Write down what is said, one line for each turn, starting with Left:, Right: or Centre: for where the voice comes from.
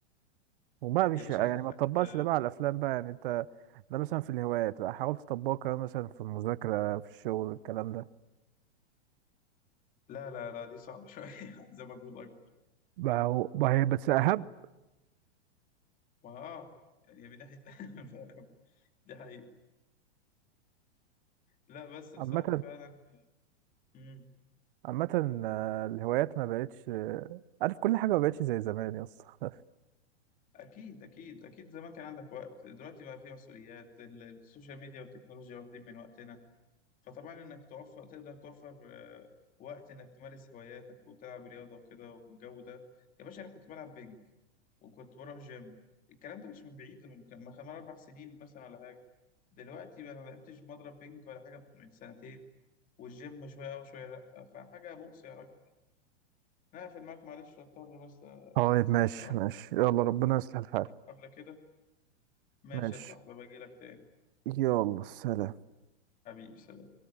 Right: وبقى مش
Left: يا باشا
Right: يعني
Left: انا حرقت
Right: ما تطبقش
Left: <laughs>
Right: ده بقى على الافلام بقى يعني انت ده مثلا في الهوايات بقى حاول تطبقه كمان مثلا في المذاكره في الشغل الكلام ده
Left: لا لا لا دي صعبه <laughs> شويه عايزه مجهود اكبر
Right: بقى هو بقى هي بس اهم
Left: ما اه يعني من ناحيه <laughs> فاهم دي حقيقه لا بس بصراحه
Right: عامه
Left: فعلا مم.
Right: عامه آه، الهوايات ما بقتش آه، عارف كل حاجه ما بقتش زي زمان يا اسطى <laughs>
Left: اكيد اكيد اكيد زمان كان عندك وقت دلوقتي بقى فيه مسؤوليات ال- السوشيال ميديا والتكنولوجيا واخدين من وقتنا فطبعا انك توفر تقدر توفر آه، وقت انك تمارس هواياتك وتلعب رياضه وكده والجو ده يا باشا انا كنت بلعب بينج وكنت بروح جيم الكلام ده مش من بعيد من كان من خمس اربع سنين مثلا ولا حاجه دلوقتي بقى انا ما لعبتش مضرب بينج ولا حاجه من سنتين والجيم شويه اه وشويه لا فحاجه بؤس يا راجل انا هقفل معاك معلش اضطر بس
Right: طيب ماشي
Left: اروح
Right: ماشي يلا ربنا يصلح الحال
Left: عندي مقابله كده ماشي
Right: ماشي
Left: يا صاحبي باجي لك تاني
Right: يلا سلام
Left: حبيبي سلام